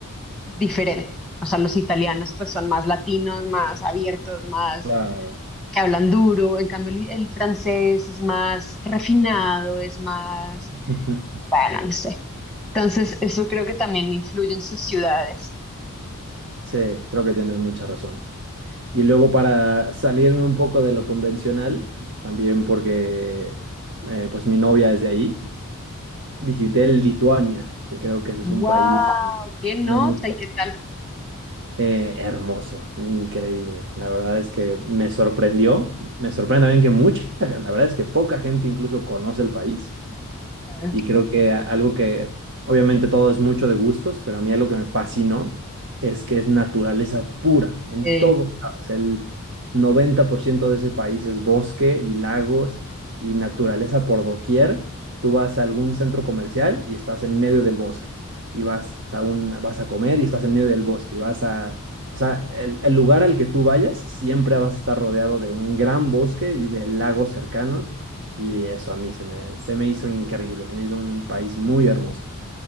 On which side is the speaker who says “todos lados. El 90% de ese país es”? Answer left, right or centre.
Right